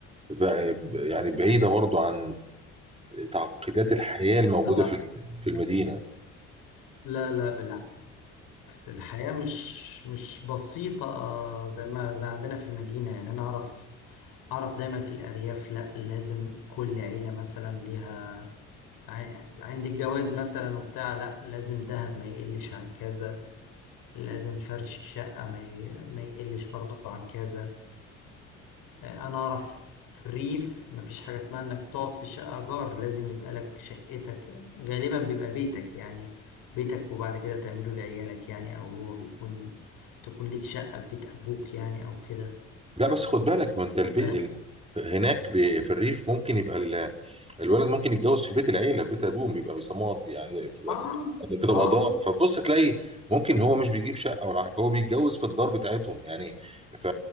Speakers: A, on the right; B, on the left.
A: ب- ب- يعني بعيده برضو عن تعقيدات الحياة الموجودة
B: لا
A: في في المدينة
B: لا لا بالعكس بس الحياة مش مش بسيطة آه، زي ما زي عندنا في المدينة يعني أنا أعرف أعرف دايما في الأرياف لأ لازم كل عيلة مثلا ليها ع- عند الجواز مثلا وبتاع لأ لازم دهب ما يقلش عن كذا لازم فرش شقة ما ي- ما يقلش برضه عن كذا انا اعرف في الريف مفيش حاجه اسمها انك تقعد في شقه جار لازم يبقى لك شقتك غالبا بيبقى بيتك يعني بيتك وبعد كده تعمله لعيالك يعني او هو بيكون تكون ليك شقه في بيت ابوك يعني او كده
A: لا بس خد بالك ما انت البي...
B: فلا
A: ال... هناك ب... في الريف ممكن يبقى ال... الولد ممكن يتجوز في بيت العيلة في بيت أبوه بيبقى بيسموها يعني بتبقى
B: اه
A: س- كده
B: ما
A: قضاء فبص تلاقي ممكن هو مش بيجيب شقة ولا حاجة هو بيتجوز في الدار بتاعتهم يعني ف...